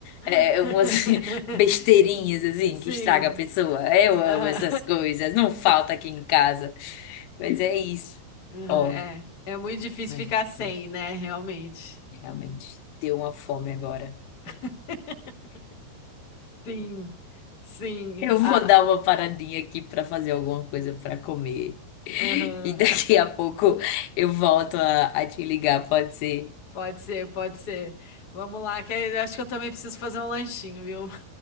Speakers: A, on the left (about 80°); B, on the left (about 30°).
A: É,
B: <laughs>
A: umas <laughs> besteirinhas, assim,
B: Sim.
A: que estraga a pessoa. Eu
B: Ah.
A: amo essas coisas. Não falta
B: <laughs>
A: aqui em casa. Mas é isso.
B: Uhum,
A: Ó,
B: É, é muito difícil
A: mas
B: ficar sem,
A: eu
B: né? Realmente.
A: realmente deu uma fome agora.
B: <laughs> Sim, sim.
A: Eu
B: Ah,
A: vou dar uma paradinha aqui para fazer alguma coisa para comer.
B: aham.
A: E daqui a pouco eu volto a, a te ligar, pode ser?
B: Pode ser, pode ser. Vamos lá, que eu acho que eu também preciso fazer um lanchinho, viu?